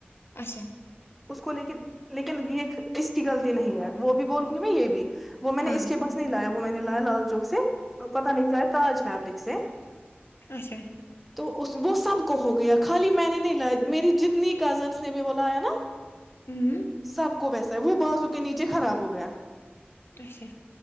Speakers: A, on the left; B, in the centre.
A: اچھا
B: اس کو لیکن لیکن یہ اس کی غلطی نہیں ہے وہ بھی بولوں گی میں یہ بھی وہ میں نے
A: ہاں
B: اس کے پاس نہیں لایا وہ میں نے لال چوک سے اور پتا نکلا ہے تاج فیبرک سے
A: اچھا
B: تو وہ سب کو ہو گیا خالی میں نے نہیں لا میری جتنی کزنس نے بھی بلایا نا
A: ہوں
B: سب کو ویسا ہے وہ بازو کے نیچے خراب ہو گیا
A: اشا